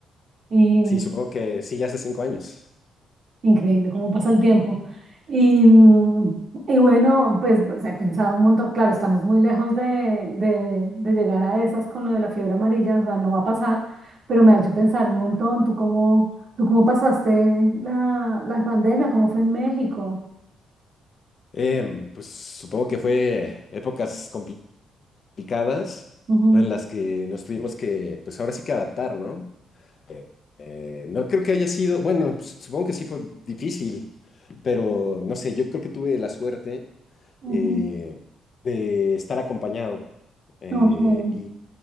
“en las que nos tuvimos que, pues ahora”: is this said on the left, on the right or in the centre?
Left